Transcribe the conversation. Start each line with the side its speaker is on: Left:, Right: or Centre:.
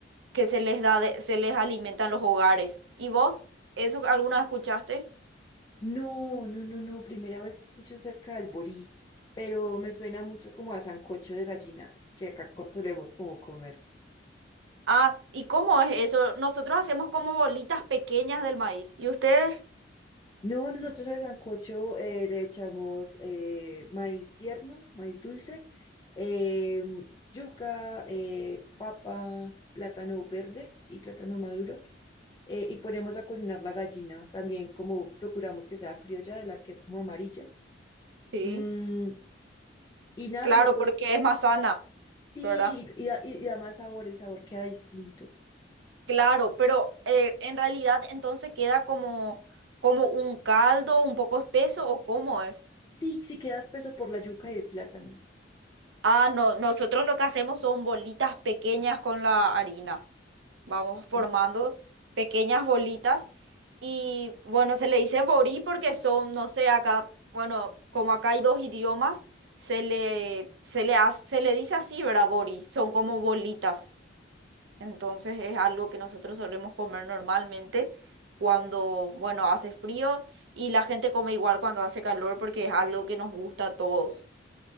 Right: que se les da de- se les alimenta en los hogares. ¿Y vos? ¿Eso alguna vez escuchaste?
Left: No, no, no, no. Primera vez que escucho cerca del borí, pero me suena mucho como a sancocho de gallina, que acá co- solemos como comer.
Right: Ah, ¿y cómo es eso? Nosotros hacemos como bolitas pequeñas del maíz. ¿Y ustedes?
Left: No, nosotros al sancocho eh, le echamos eh, maíz tierno, maíz dulce, eh, yuca, eh, papa, plátano verde y plátano maduro. eh, y ponemos a cocinar la gallina, también como procuramos que sea criolla, de la que es como amarilla.
Right: Sí,
Left: Mm, Y nada,
Right: claro,
Left: lo podemos,
Right: porque es más sana,
Left: sí,
Right: ¿verdad?
Left: y, y da, y- y da más sabor, el sabor queda distinto.
Right: Claro, pero eh, en realidad entonces queda como, como un caldo un poco espeso ¿o cómo es?
Left: Sí, sí queda espeso por la yuca y el plátano.
Right: Ah, no, nosotros lo que hacemos son bolitas pequeñas con la harina. Vamos formando
Left: Wow,
Right: pequeñas bolitas Y bueno, se le dice borí porque son, no sé, acá, bueno, como acá hay dos idiomas, se le, se le, hace- se le dice así, ¿verdad? Borí, son como bolitas. Entonces es algo que nosotros solemos comer normalmente cuando, bueno, hace frío y la gente come igual cuando hace calor porque es algo que nos gusta a todos.